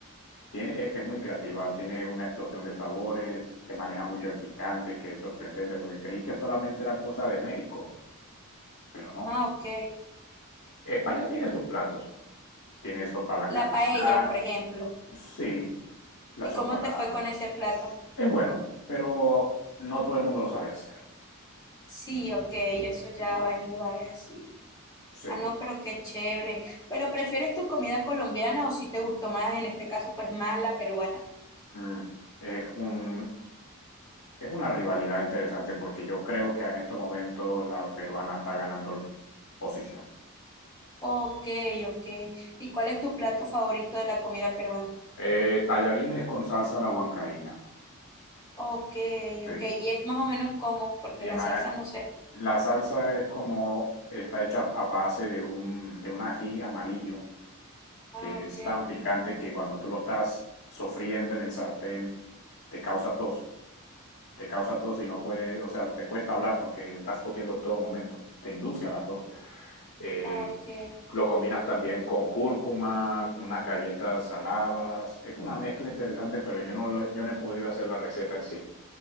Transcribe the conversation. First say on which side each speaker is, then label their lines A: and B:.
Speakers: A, on the left; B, on the left.
A: Tiene, e- es muy creativa, tiene una explosión de sabores, se maneja mucho el picante, que es sorprendente, porque creí que solamente era cosa de México, pero no.
B: ah, ok.
A: España tiene sus platos, tiene sopa a la
B: La
A: castilá,
B: paella, por ejemplo.
A: sí, la
B: ¿Y
A: sopa
B: cómo
A: a
B: te
A: la...
B: fue con ese plato?
A: Es bueno, pero no todo el mundo lo sabe hacer,
B: Sí, ok, eso ya va en lugares así.
A: sí.
B: Ah, no, pero qué chévere. ¿Pero prefieres tu comida colombiana o si te gustó más, en este caso, pues más la peruana?
A: Mm, Es un, es una rivalidad interesante porque yo creo que en estos momentos la peruana está ganando posición.
B: Ok, ok. ¿Y cuál es tu plato favorito de la comida peruana?
A: Eh, tallarines con salsa a la huancaína,
B: Ok,
A: sí.
B: ok. Y es más o menos como, porque
A: Y
B: la
A: ma-
B: salsa no sé.
A: La salsa es como, está hecha a base de un, de un ají amarillo
B: Ah,
A: que
B: ok,
A: es tan picante que cuando tú lo estás sofriendo en el sartén te causa tos, te causa tos y no puedes, o sea, te cuesta hablar porque estás tosiendo en todo momento, te induce a la tos. Eh,
B: ah, ok.
A: lo combinas también con cúrcuma, unas galletas saladas, es una mezcla interesante, pero yo no, lo- yo no he podido hacer la receta en sí.